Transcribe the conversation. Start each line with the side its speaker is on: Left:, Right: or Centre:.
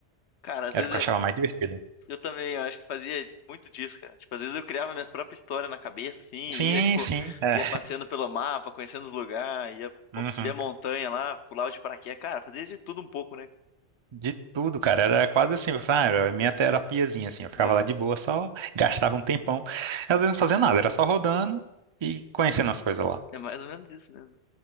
Left: Cara, às
Right: era
Left: vezes
Right: o que
Left: é,
Right: eu achava mais divertido.
Left: Eu também, eu acho que fazia muito disso, cara. Tipo, às vezes eu criava minhas próprias histórias na cabeça, assim,
Right: Sim,
Left: ia, tipo,
Right: sim. É.
Left: ia passeando pelo mapa, conhecendo os lugares, ia pô,
Right: Uhum.
Left: subir a montanha lá, pular de paraquedas. Cara, fazia de tudo um pouco, né?
Right: De tudo, cara. Era quase assim, ah, era a minha terapiazinha, assim. Eu ficava
Left: Aham.
Right: lá de boa, só gastava um tempão. Às vezes não fazia nada, era só rodando e conhecendo as coisas lá.
Left: É mais ou menos isso mesmo.